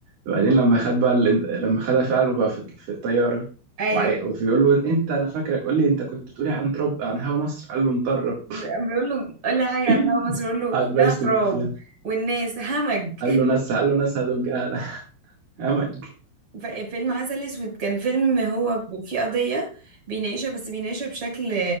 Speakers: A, on the right; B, on the right.
A: وبعدين لما خد بقى الانت... لما خدها فعله بقى في, في الطياره
B: ايوه
A: وعي... وبيقول له انت انا فاكرك قول لي انت كنت بتقولي عن تراب عن هوا مصر قال له مطرب
B: بيقول له قول لي حاجة
A: <laughs>
B: عن هوا مصر بيقول له
A: قعد
B: كلها
A: بقى يشتم
B: تراب
A: فيها
B: والناس همج
A: قال له ناسها قال له ناسها دول جهله <laughs> همج
B: ف- فيلم عسل اسود كان فيلم هو ب- فيه قضية بيناقشها بس بيناقشها بشكل